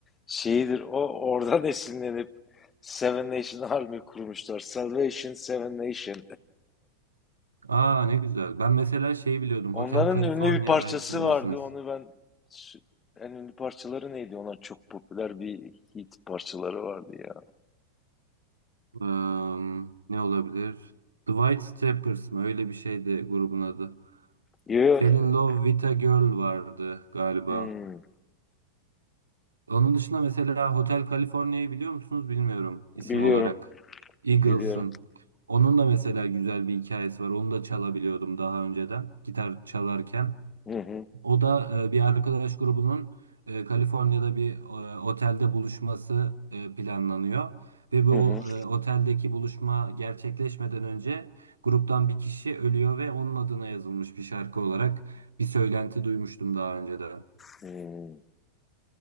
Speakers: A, on the left (about 20°); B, on the right (about 75°).
A: şeyidir. O oradan <laughs> esinlenip Seven Nation Army kurmuşlar. Salvation Seven Nation.
B: Aa ne güzel. Ben mesela şeyi biliyordum.
A: Onların
B: Hotel California
A: ünlü bir parçası
B: belki bilirsiniz.
A: vardı. Onu ben en ünlü parçaları neydi? Onlar çok popüler bir hit parçaları vardı ya.
B: Ee, ne olabilir? The White Stripes mı? Öyle bir şeydi grubun adı.
A: Yo,
B: Fell
A: yo,
B: in Love with a Girl vardı galiba.
A: hmm,
B: Onun dışında mesela Hotel California'yı biliyor musunuz bilmiyorum isim
A: biliyorum.
B: olarak. Eagles'ın.
A: Biliyorum.
B: Onun da mesela güzel bir hikayesi var. Onu da çalabiliyordum daha önceden gitar çalarken.
A: Hı hı.
B: O da e, bir arkadaş grubunun e, Kaliforniya'da bir e, otelde buluşması e, planlanıyor. Ve bu
A: Hı hı.
B: e, oteldeki buluşma gerçekleşmeden önce gruptan bir kişi ölüyor ve onun adına yazılmış bir şarkı olarak bir söylenti duymuştum daha önce de.
A: Hmm,